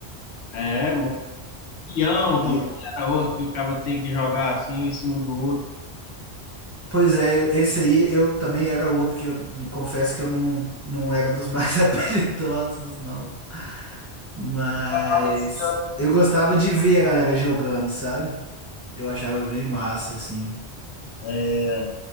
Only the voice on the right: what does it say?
E,
pois é, esse aí eu também era outro que eu não- confesso que eu não, não era dos mais <laughs> habilidosos, não. Mas
eu gostava de ver a galera jogando, sabe? Eu achava bem massa, assim.